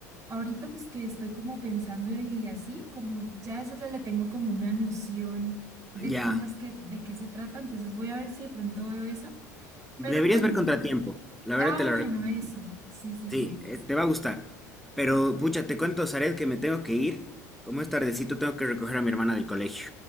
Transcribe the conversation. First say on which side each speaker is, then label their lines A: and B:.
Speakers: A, on the right; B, in the centre.
A: ahorita pues que estoy como pensando y así, como ya esa le, le tengo como una noción de
B: Ya.
A: cómo es que, de qué se trata, entonces voy a ver si de pronto veo esa, pero
B: Deberías
A: bueno,
B: ver Contratiempo. La
A: ah,
B: verdad te la
A: bueno,
B: recomiendo.
A: esa, sí, sí, sí.
B: Sí, eh, te va a gustar. Pero, pucha, te cuento, Zaret, que me tengo que ir. Como es tardecito, tengo que recoger a mi hermana del colegio.